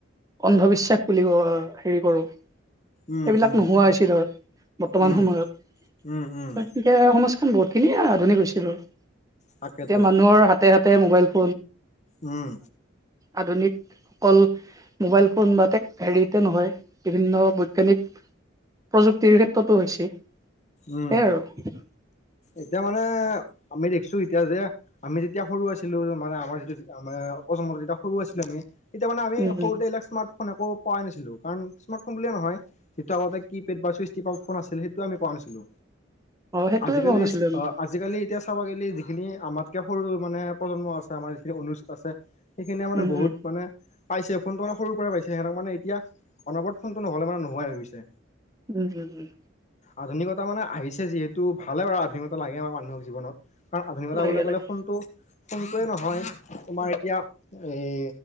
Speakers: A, on the right; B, on the left.
A: অন্ধবিশ্বাস বুলি ক হেৰি কৰো। এইবিলাক
B: উম উম
A: নোহোৱা হৈছিল ধৰ বৰ্তমান
B: উম
A: সময়ত।
B: উম উম
A: এক সমাজখন বহুত খিনিয় আধুনিক হৈছিল আৰু এতিয়া
B: তাকেতো
A: মানুহৰ হাতে হাতে মোবাইল ফ
B: উম
A: আধুনিক অকল মোবাইল ফোন বা হেৰিতে নহয় বিভিন্ন বৈজ্ঞানিক। প্ৰযুক্তিৰ ক্ষেত্ৰতো হৈছে।
B: উম
A: সেইয়াই আৰু
B: এতিয়া মানে আমি দেখিছো এতিয়া যে আমি যেতিয়া সৰু আছিলো মানে আমাৰ যিটো আমাৰ প্ৰজন্মত যেতিয়া সৰু আছিলে আমি তেতিয়া মানে আমি
A: উম উম
B: সৰুতে এইবিলাক স্মাৰ্ট ফোন একো পোৱাই নাছিলো কাৰণ স্মাৰ্ট ফোন বুলিয়ে নহয় যিটো আগতে কি পেড বা চুইচটি ফোন আছিল সেইটো আমি পাওঁ। <unintelligible> পাইছিলো
A: অ সেইটোয়ে
B: আজিকালি
A: কোৱা নাছিলো আমি
B: আজিকালি এতিয়া চাব গলে যিখিনি আমাতকে সৰু মানে প্ৰজন্ম আছে আমাৰ যিখিনি অনুজ আছে সেইখিনিয়ে মানে
A: উম
B: বহুত
A: উম
B: মানে পাইছে ফোনটো মানে সৰু পৰাই পাইছে সিহঁক মানে এতিয়া অনবৰত ফোনটো নহলে মানে নোহাই হৈ গৈছে।
A: উম হুম উম
B: আধুনিকতা মানে আহিছে যিহেতু ভালে বাৰু আধুনিকতা লাগে আমাৰ মানুহক জীৱনত। কাৰণ আধুনিকতা
A: লাগে
B: বুলিলৈ গ'লে
A: লাগে
B: ফোনটো ফোনটোৱে নহয়। তোমাৰ এতিয়া এই